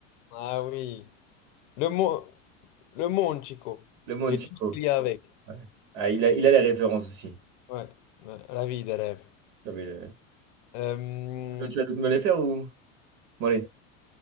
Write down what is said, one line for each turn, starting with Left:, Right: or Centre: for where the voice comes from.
Left: Ah oui. Le monde, le monde, Chico.
Right: Le monde
Left: Et
Right: Chico.
Left: tout ce qu'il y a avec.
Right: Ouais. Ah, il a, il a les références aussi.
Left: Ouais, ouais, la vie des rêves.
Right: J'avais le-
Left: Euh,
Right: Tu vas toutes me les faire ou? Bon, allez,